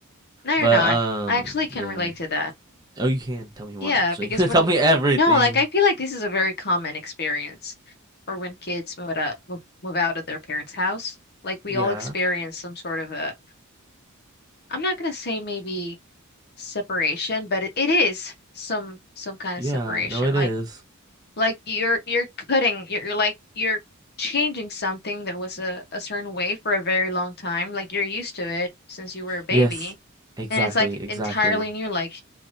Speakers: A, on the left; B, on the right.
A: No, you're
B: But
A: not.
B: um
A: I actually can
B: yeah.
A: relate to that.
B: Oh, you can tell me more
A: Yeah,
B: actually.
A: because when
B: <laughs> Tell me everything.
A: no, like I feel like this is a very common experience or when kids move out of, move, move out of their parents' house. Like we
B: Yeah.
A: all experience some sort of a I'm not gonna say maybe separation, but it, it is some some kind of
B: Yeah,
A: separation.
B: no it
A: Like
B: is.
A: Like you're you're cutting, you're, you're like you're changing something that was a, a certain way for a very long time. Like you're used to it since you were a baby.
B: Yes. Exactly,
A: And it's like
B: exactly.
A: entirely new, like